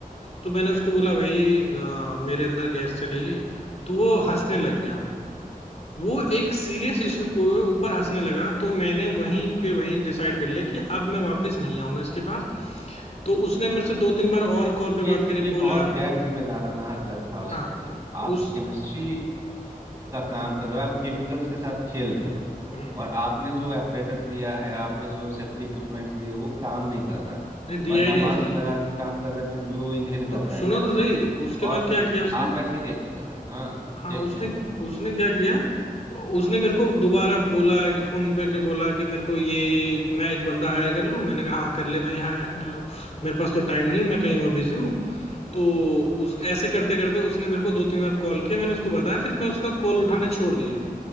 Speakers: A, on the left; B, on the right.
A: तो मैंने उसको बोला भाई अ, मेरे अंदर गैस चलेगी तो वो हंसने लग गया वो एक सीरियस इशू को ऊपर हंसने लगा तो मैंने वहीं के वहीं डिसाइड कर लिया कि अब मैं वापस नहीं आऊंगा इसके पास तो उसने मेरे से दो तीन बार और कॉल पे
B: ये
A: बात करी
B: ये
A: बोला
B: बहुत गैर जिम्मेदाराना हरकत था उसका
A: हाँ
B: भाई
A: उस
B: आप केमिस्ट्री का काम कर रहे हो आप केमिकल्स के साथ खेल रहे हो
A: हम्म,
B: और आपने जो एपरेटस दिया है आपने जो सेफ्टी इक्विपमेंट्स दिए वो काम नहीं कर रहा है
A: नहीं दिया
B: बंदा
A: ही नहीं
B: मास्क
A: उसने
B: लगा के काम कर रहा है फिर भी वो इनहेल कर
A: तो
B: रहा
A: सुनो
B: है गैस
A: तो सही उसके
B: और
A: बाद क्या किया उसने
B: आप ऐसे रिएक्ट कर रहे हो हाँ
A: हाँ
B: क्या किया
A: उसने
B: उसने फिर
A: उसने क्या किया उसने मेरे को दोबारा बोला कि फोन पे के बोला कि मेरे को ये मैं एक बंदा हायर कर लूँ मैंने कहा हाँ कर ले भाई हायर कर लो मेरे पास तो टाइम नहीं है मैं कहीं और बिजी हूँ तो उस ऐसे करते करते उसने मेरे को दो तीन बार कॉल किया मैंने उसको बताया फिर मैं उसका कॉल उठाने छोड़ दिए